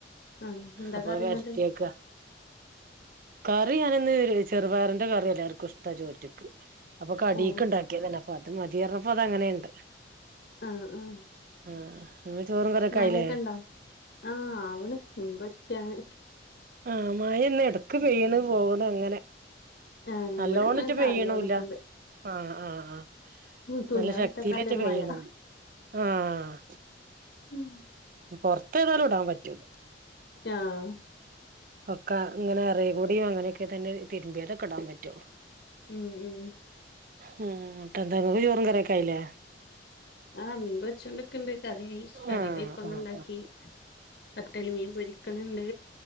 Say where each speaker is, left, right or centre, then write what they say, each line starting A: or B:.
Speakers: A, on the left; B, on the right.
A: ആഹ് എന്താ
B: അപ്പൊ
A: കറി
B: വരട്ടിയേക്ക്യാ
A: എന്നിട്ട്
B: കറി ഞാനിന്ന് ചെറുപയറിന്റെ കറി എല്ലാവർക്കും ഇഷ്ടാ ചോറ്റിക്ക് അപ്പൊ കടിയ്ക്കെണ്ടാക്കിയതന്നെപ്പൊ
A: ഏഹ്
B: അത് മതിയറഞ്ഞപ്പോ അത് അങ്ങനെയുണ്ട്
A: ആ ആഹ്
B: ആഹ് ഇങ്ങളെ ചോറും കറിയൊക്കെ
A: മയൊക്കെ
B: ആയില്ലേ
A: ഉണ്ടോ ആ അവളിപ്പഠമ്പൊരിച്ചയാണ്
B: ആ മായന്ന് എടക്ക് പെയ്യണ് പോകണ് അങ്ങനെ
A: ആഹ്
B: നല്ലോണിട്ട്
A: ഇവിടെ അങ്ങനെ ചാറികൊണ്ട്ക്ക്ണ്ട്
B: പെയ്യണുല്ല അ ആഹ് അഹ്
A: ഉം തുണിയാള്ട്ടെക്കാല്ലൊരു
B: നല്ല ശക്തിയിലായിട്ട് പെയ്യണു
A: മഴ ആഹ്
B: ആഹ്
A: ഉം
B: പുറത്തേതായാലും ഇടാൻ പറ്റും
A: ആഹ്
B: ഒക്കെ ഇങ്ങനെ ഇറങ്ങികൂടിയും അങ്ങനെയൊക്കെയായിട്ട് എൻ്റെ തിരുമ്പിയതോക്കെ ഇടാൻ പറ്റുള്ളൂ
A: ഉം ഉം
B: മ് <unintelligible> ചോറും കറി ക്കെ ആയില്ലേ
A: ആഹ് മീൻ പൊരിച്ചൊണ്ടിക്കണ്ട് കറി ആയി ശ്ററി
B: ആഹ്
A: ടൈപ്പങ്ങുണ്ടാക്കി
B: ആഹ്
A: അറ്റൽ മീൻ പൊരിക്കണണ്ട്